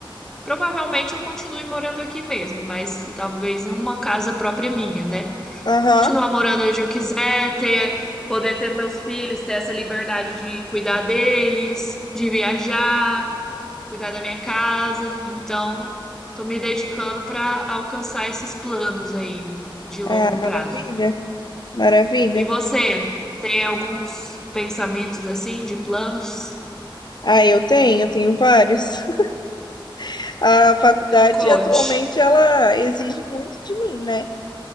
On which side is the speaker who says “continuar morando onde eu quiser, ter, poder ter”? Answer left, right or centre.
Centre